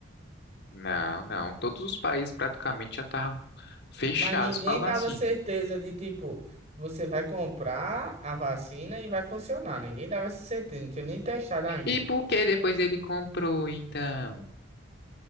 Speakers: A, on the left; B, on the right.
A: Não, não. Todos os países praticamente já estavam fechados
B: Mas ninguém
A: com a vacina.
B: dava certeza de, tipo, você vai comprar a vacina e vai funcionar. Ninguém dava essa certeza, não tinha nem testado ainda.
A: E por que depois ele comprou, então?